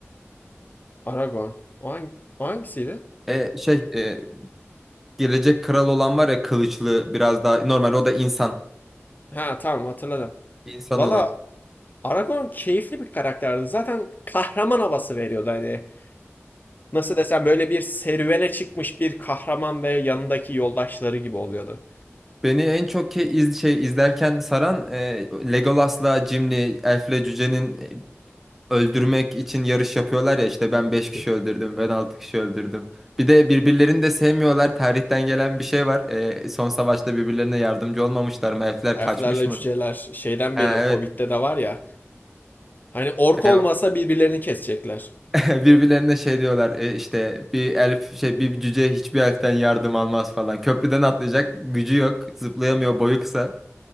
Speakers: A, on the left (about 40°); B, in the centre.
A: Aragorn. O, hang- o hangisiydi?
B: E, şey e, gelecek kral olan var ya kılıçlı biraz daha normal o da insan.
A: Ha tamam hatırladım.
B: İnsan
A: Valla
B: olan.
A: Aragorn keyifli bir karakterdi. Zaten kahraman havası veriyordu hani. nasıl desem böyle bir serüvene çıkmış bir kahraman ve yanındaki yoldaşları gibi oluyordu.
B: Beni en çok ke iz şey izlerken saran e, Legolas'la Gimli, Elf'le Cüce'nin e, öldürmek için yarış yapıyorlar ya işte ben 5 kişi
A: <laughs>
B: öldürdüm, ben 6 kişi öldürdüm. Bir de birbirlerini de sevmiyorlar. Tarihten gelen bir şey var. E, son savaşta birbirlerine yardımcı olmamışlar mı? Elfler
A: Elflerle
B: kaçmış mı?
A: cüceler şeyden
B: Ha,
A: beri Hobbit'te
B: evet.
A: de var ya. Hani ork
B: E,
A: olmasa birbirlerini kesecekler.
B: <laughs> Birbirlerine şey diyorlar e, işte bir elf şey bir cüce hiçbir elften yardım almaz falan. Köprüden atlayacak gücü yok. Zıplayamıyor boyu kısa.